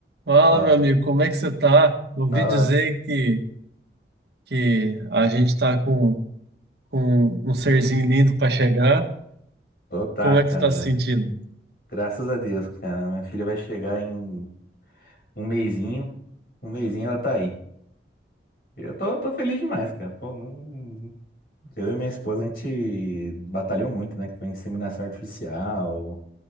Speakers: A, on the right (about 70°); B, on the left (about 55°).
A: Fala,
B: Fala,
A: meu amigo, como é que você tá? Ouvi
B: fala.
A: dizer que, que a gente tá com, com um serzinho lindo para chegar.
B: Ô, tá,
A: Como
B: cara.
A: é que você tá se sentindo?
B: Graças a Deus, cara. Minha filha vai chegar em um mesinho. Um mesinho ela tá aí. Eu tô, tô feliz demais, cara. Pô, não- Eu e minha esposa, a gente batalhou muito, né? Com inseminação artificial.